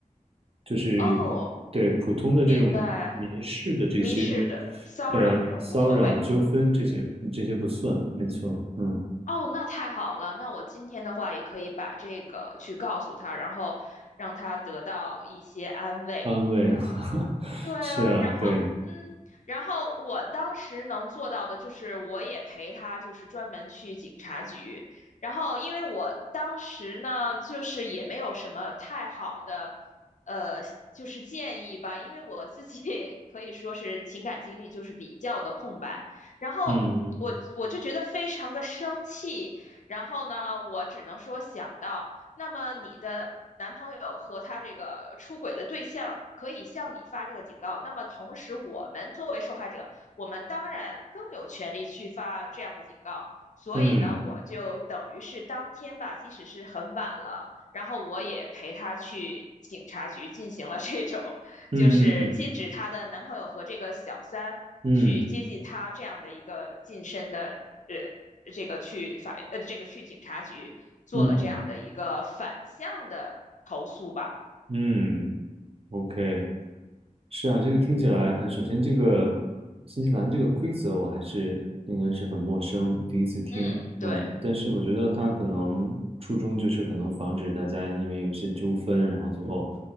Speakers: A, on the right (about 45°); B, on the left (about 60°).
A: 就是
B: 哦，
A: 对普通的这种民事的这些
B: 明白，民事的骚扰这种无所谓，
A: 呃骚扰纠纷这些这些不算，
B: 嗯嗯。
A: 没错，嗯，
B: 哦，那太好了。那我今天的话也可以把这个去告诉他，然后让他得到一些安慰。
A: 安慰，<laughs>
B: 对啊，
A: 是啊，
B: 然后嗯，
A: 对，
B: 然后我当时能做到的就是，我也陪他，就是专门去警察局。然后因为我当时呢，就是也没有什么太好的，呃，就是建议吧，因为我自己也可以说是情感经历就是比较的空白。然后我我就觉得非常的生气，
A: 嗯
B: 然后呢，我只能说想到。那么你的男朋友和他这个出轨的对象可以向你发这个警告，那么同时我们作为受害者，我们当然更有权利去发这样的警告。所以呢，
A: 嗯
B: 我就等于是当天吧，即使是很晚了，然后我也陪他去警察局进行了这种
A: 嗯嗯
B: 就是禁止她的男朋友和这个小三去接近她这样的一个近身的呃这个去法呃这个去警察局做了这样的一个反向的投诉吧。
A: 嗯嗯嗯嗯，OK。是啊，这个听起来，嗯，首先这个新西兰这个规则我还是应该是很陌生，第一次听，
B: 嗯，对，
A: 嗯，但是我觉得它可能初衷就是可能防止大家因为有些纠纷，然后最嗯后